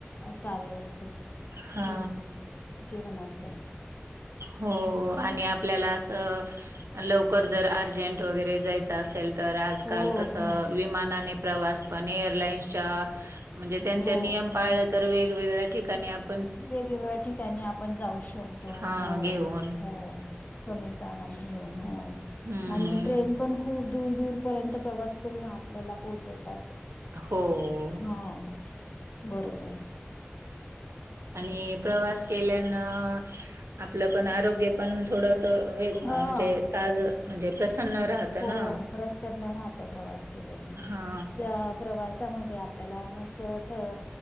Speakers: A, on the left; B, on the right.
A: चालू असतो.
B: हा
A: जेव जीवनात पण.
B: हो आणि आपल्याला असं, लवकर जर अर्जंट वगैरे जायचं असेल तर आजकाल
A: हो
B: कसं,
A: हो
B: विमानाने प्रवास पण एअरलाईन्सच्या म्हणजे त्यांचे
A: हो
B: नियम पाळलं तर वेगवेगळ्या ठिकाणी आप
A: वेगवेगळ्या ठिकाणी आपण जाऊ शकतो.
B: हा
A: हो
B: घेऊन
A: हो हो कमी सामान हो ना
B: हम्म
A: आणि ट्रेन पण खूप दूर दूर पर्यंत प्रवास करून आपल्याला पोहोचवतात,
B: हो
A: हो. बरोबर.
B: आणि प्रवास केल्यानं आपलं पण आरोग्य पण थोडंस अं हे
A: हा
B: म्हणजे ताज म्हणजे प्रसन्न राहत
A: हो
B: ना
A: प्रसन्न राहतं प्रवास केल्याने.
B: हा
A: या प्रवासामध्ये आपल्याला मस्त थ